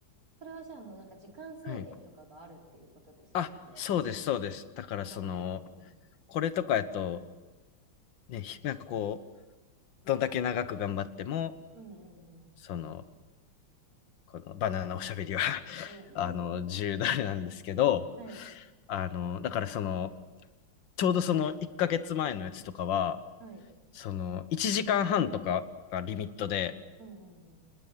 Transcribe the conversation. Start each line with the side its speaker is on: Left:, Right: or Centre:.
Right: それはじゃあもうなんか時間制限とかがあるっていうことですよね。
Left: はい。あ、そうです、そうです。だからその、
Right: ああ。うん
Left: これとかやと、ね、ひなんかこう、どんだけ長く頑張っても、
Right: うんうん。
Left: その、このバナナおしゃべりは <laughs>
Right: うん。
Left: あの、
Right: <laughs>
Left: 自由だれなんですけど、
Right: はい。
Left: あの、だからその、ちょうどその1ヶ月前のやつとかは、
Right: はい。
Left: その、1時間半とかがリミットで
Right: うんうんうん。